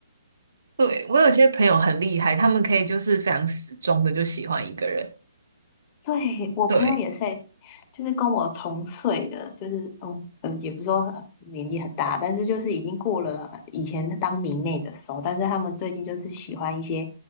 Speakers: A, on the right; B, on the left.
A: 对，我有些朋友很厉害，他们可以就是非常死忠的就喜欢一个人，
B: 对，我朋友也是欸就是跟我同岁的，
A: 对，
B: 就是嗯嗯，也不是说很年纪很大，但是就是已经过了以前当迷妹的时候，但是他们最近就是喜欢一些，